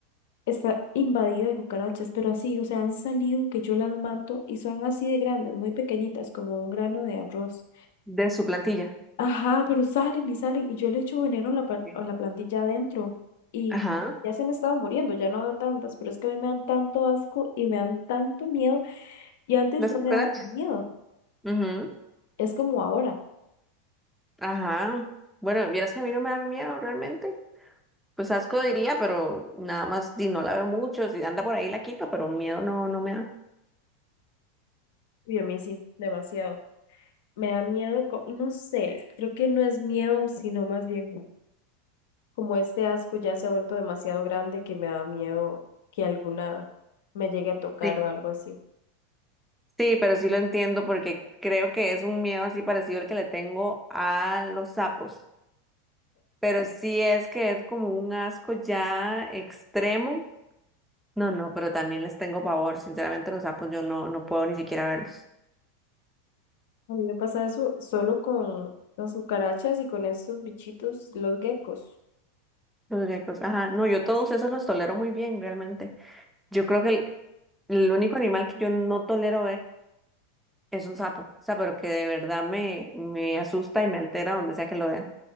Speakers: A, on the left; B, in the centre.
A: está invadida de cucarachas, pero así, o sea, han salido que yo las mato y son así de grandes, muy pequeñitas, como un grano de arroz.
B: De su plantilla.
A: Ajá, pero salen y salen y yo le echo veneno a la, pan-
B: ¿Qué?
A: a la plantilla adentro y
B: Ajá.
A: ya se me estaba muriendo, ya no veo tantas, pero es que a mí me dan tanto asco y me dan tanto miedo y antes
B: Las
A: no
B: cucarachas.
A: me daba miedo,
B: Ujú.
A: es como ahora.
B: Ajá. Bueno, vieras que a mí no me dan miedo realmente. Pues asco diría, pero nada más, di, no la veo mucho. Si anda por ahí la quito, pero miedo no, no me da.
A: Y a mí sí, demasiado. Me da miedo, co- no sé, creo que no es miedo, sino más bien como este asco ya se ha vuelto demasiado grande que me da miedo que alguna me llegue a tocar
B: Sí.
A: o algo así.
B: Sí, pero sí lo entiendo porque creo que es un miedo así parecido al que le tengo a los sapos. Pero sí es que es como un asco ya extremo. No, no, pero también les tengo pavor. Sinceramente, los sapos yo no, no puedo ni siquiera verlos.
A: A mí me pasa eso solo con las cucarachas y con estos bichitos, los geckos.
B: Los geckos, ajá. No, yo todos
A: Eso
B: esos los tolero muy bien, realmente. Yo creo que el, el único animal que yo no tolero ver es un sapo. O sea, pero que de verdad me, me asusta y me altera donde sea que lo vea.